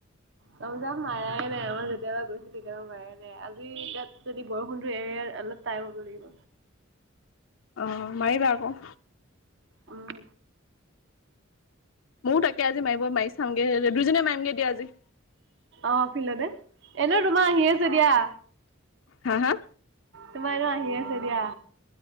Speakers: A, on the right; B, on the left.
A: লং জাপ মাৰাই নাই আমাৰ যেতিয়াপা গৈছো তেতিয়াপা মাৰাই নাই আজি তাত যদি বৰষুণতো এৰে অলপ ট্ৰাই কৰিব লাগিব।
B: অ মাৰিবা আকৌ
A: উম।
B: ময়ো তাকে আজি মাৰিব মাৰি চাঙগে, দুইজনে মাৰিমগে দিয়া আজি।
A: অঁ ফিল্ডতে, এনেও তোমাৰ আহি আছে দিয়া।
B: হাঁ হাঁ?
A: তোমাৰ এনো আহি আছে দিয়া।